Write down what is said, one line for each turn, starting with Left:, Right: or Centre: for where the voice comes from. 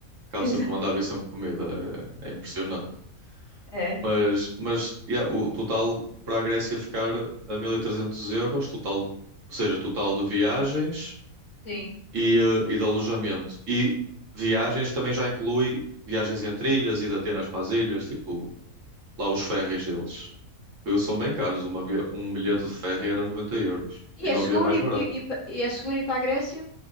Right: acabo
Left: Exa-
Right: sempre a mandar vir sempre comida. É, é impressionante.
Left: É,
Right: Mas, mas yeah, o total para a Grécia ficar a 1300 euros, total, ou seja, total de viagens.
Left: sim.
Right: e, eh, e de alojamento. E viagens também já inclui viagens entre ilhas e de Atenas para as ilhas, tipo lá os ferries deles. Eh, São bem caros, uma via- um bilhete de ferry era 90 euros e
Left: E
Right: não
Left: é
Right: havia
Left: seguro
Right: mais
Left: e,
Right: barato.
Left: e, e pa- e é seguro ir para a Grécia?